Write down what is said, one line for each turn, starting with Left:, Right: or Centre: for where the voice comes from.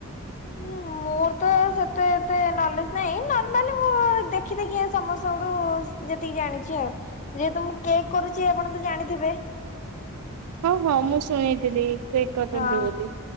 Left: ହୁଁ। ମୋର ତ ସେତେ ଏତେ ନଲେଜ ନାହିଁ ନର୍ମାଲି ମୁଁ ଦେଖି ଦେଖି ସମସ୍ତଙ୍କଠୁ ଯେତିକି ଜାଣିଛି ଆଉ ଯେହେତୁ ମୁଁ କେକ୍ କରୁଛି ଆପଣ ତ ଜାଣିଥିବେ?
Right: ହଁ ହଁ ମୁଁ ଶୁଣିଥିଲି। କେକ୍
Left: ହଁ
Right: କରନ୍ତି ବୋଲି।